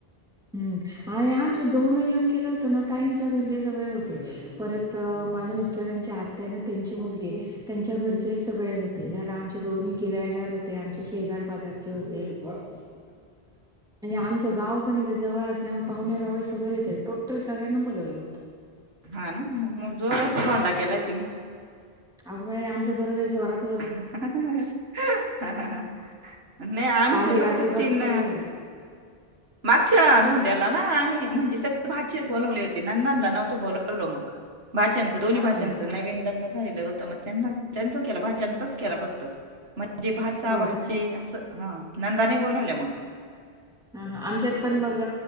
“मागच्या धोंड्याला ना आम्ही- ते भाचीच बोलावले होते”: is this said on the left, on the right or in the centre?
Right